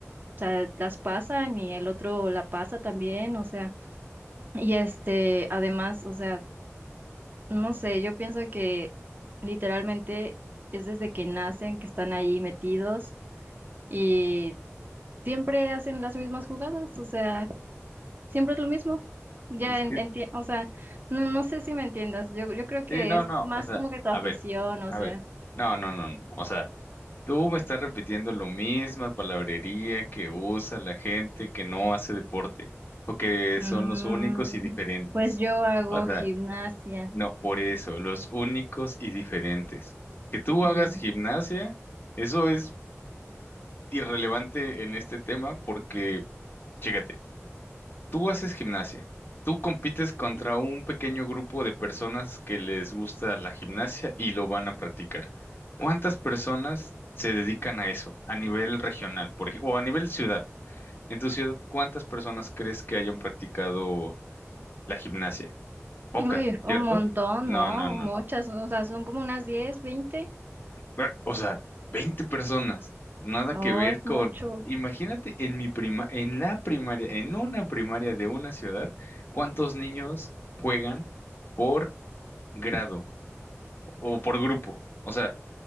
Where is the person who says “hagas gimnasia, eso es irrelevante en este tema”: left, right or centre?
Left